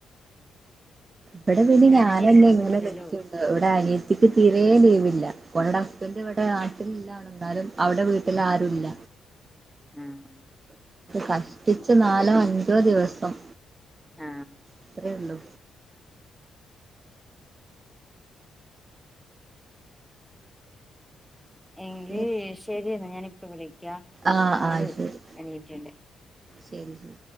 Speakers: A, on the right; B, in the centre.
A: ഇവിടെ പിന്നെ
B: കരഞ്ഞിരിക്കാൻ
A: ഞാനല്ലെ ഇങ്ങനെ
B: പറ്റൂലല്ലോ
A: നിക്ക്ണ്ട് ഇവിടെ അനിയത്തിക്ക് തീരെ ലീവില്ല ഓള്ടെ ഹസ്ബന്റ് ഇവിടെ നാട്ടിലില്ലാണും എന്നാലും അവിടെ വീട്ടിൽ ആരുല്ല
B: ആഹ്
A: കഷ്ടിച്ച് നാലോ അ ഞ്ചോ ദിവസം
B: ആ
A: അത്രേ ഉള്ളൂ
B: എങ്കില്
A: ഇനി
B: ശെരിയേ ആ ഞാനിപ്പവിടെ ക്ക്യാ
A: ആഹ്
B: മോള്
A: ആഹ് ശരി
B: എണീറ്റ്ണ്ട്
A: ശരി ശരി